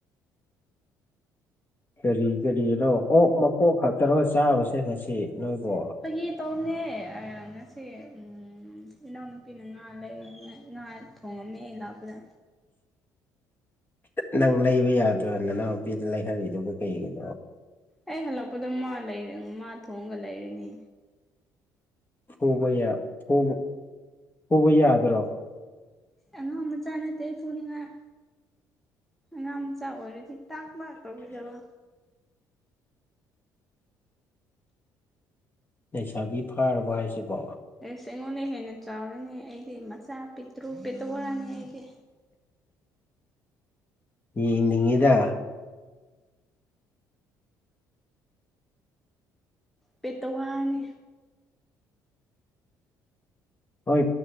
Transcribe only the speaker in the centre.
ꯐꯥꯒꯤ ꯇꯧꯅꯦ ꯑꯥ ꯉꯁꯤ ꯎꯝ ꯎꯝ ꯏꯅꯥꯎꯅꯨꯄꯤꯅ ꯉꯥ ꯂꯩꯌꯦꯅ ꯉꯥ ꯊꯣꯡꯉꯝꯃꯦ ꯑꯩ ꯂꯥꯛꯄꯗ
ꯑꯩ ꯍꯜꯂꯛꯄꯗ ꯃꯥ ꯂꯩ ꯃꯥ ꯊꯣꯡꯒ ꯂꯩꯔꯅꯤ
ꯑꯉꯥꯡ ꯃꯆꯥ ꯅꯠꯇꯦ ꯐꯨꯅꯤꯡꯉꯥꯏ ꯑꯉꯥꯡ ꯃꯆꯥ ꯑꯣꯏꯔꯗꯤ ꯇꯥꯛ ꯃꯥꯥꯛ ꯇꯧꯕꯤꯗꯕ
ꯑꯦꯁ ꯑꯩꯉꯣꯟꯗ ꯍꯦꯟꯅ ꯆꯥꯎꯔꯅꯤ ꯑꯩꯗꯤ ꯃꯆꯥ ꯄꯤꯛꯇ꯭ꯔꯨ ꯄꯦꯛꯇꯧ ꯑꯣꯏꯔꯅꯤ ꯑꯩꯗꯤ
ꯄꯦꯇꯋꯥꯅꯤ